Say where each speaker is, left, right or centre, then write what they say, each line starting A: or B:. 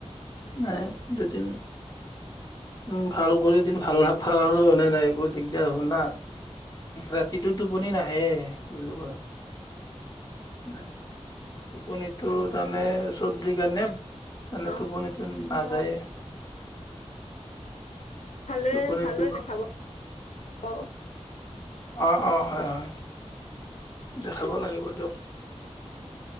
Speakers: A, on the left; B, on the left.
A: ম দুদিন উম ভাল কৰিদিন ভাল নাপালো মানে নাই বুত দিগদাৰ হ'ব না ৰাতিটো টোপনি নাহে কি বুলি কয় উ টোপনিটো
B: অ',
A: তাৰমানে। চুটি কাৰণে মানে
B: অ'।
A: টোপনিটো নাযায়ে।
B: ভালেৰে
A: টোপনিটো
B: ভালদৰে দেখাব।
A: অঁ অঁ হয় হয় দেখাব লাগিব দিয়ক